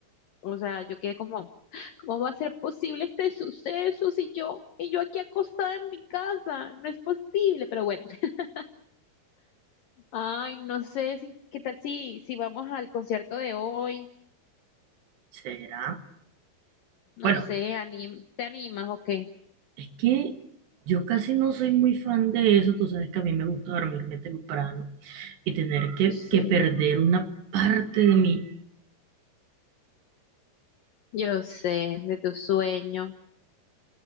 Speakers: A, on the left; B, on the right.
A: o sea, yo quedé como, ¿cómo va a ser posible este suceso si yo, y yo aquí acostada en mi casa? No es posible, pero bueno. <laughs> Ay, no sé si, ¿qué tal si, si vamos al concierto de hoy?
B: ¿Será?
A: No
B: Bueno,
A: sé, anim- ¿te animas o qué?
B: es que yo casi no soy muy fan de eso, tú sabes que a mí me gusta dormirme temprano y tener que,
A: Sí.
B: que perder una parte de mi,
A: Yo sé, de tu sueño.